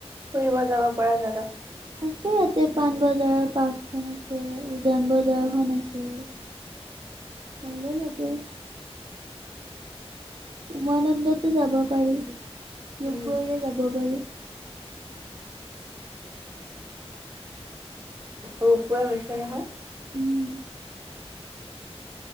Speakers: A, on the right (about 25°); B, on the right (about 45°).
A: ফুৰিব যাব পৰা জেগা
B: আছে ইয়াতে পাণবজাৰৰ পাৰ্কখনন আছে, উজান বজাৰখনন আছে ভাৱে লাগে উমানন্দতো যাব পাৰি, ৰোপ
A: উম,
B: ওৱেৰে যাব পাৰি। <inaudible>
A: ৰূপ ৱেই হৈছে নহয়।
B: উম।